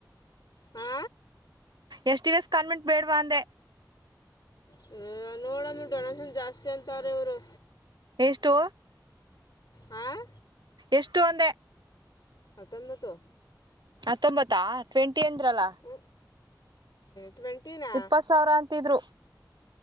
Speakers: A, on the left; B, on the right.
A: ಹಾ
B: ಎಷ್ಟು ದಿವಸ್ ಕಾನ್ವೆೆಂಟ್ ಬೇಡ್ವಾ ಅಂದೆ
A: ಹ ನೋಡಮ್ಮ ಡೊನೇಶನ್ ಜಾಸ್ತಿ ಅಂತಾರ ಇವ್ರು
B: ಎಷ್ಟು
A: ಹಾಂ
B: ಎಷ್ಟು ಒಂದೇ
A: ಹತ್ತೊಂಬತ್ತು
B: ತತ್ತೊಂಬತ್ತ ಟ್ವೆಂಟಿ ಅಂದ್ರಲ್ಲ
A: ಹ್ಞೂ ಟ್ವೆಂಟಿನಾ
B: ಇಪ್ಪತ್ ಸಾವಿರ ಅಂತಿದ್ರು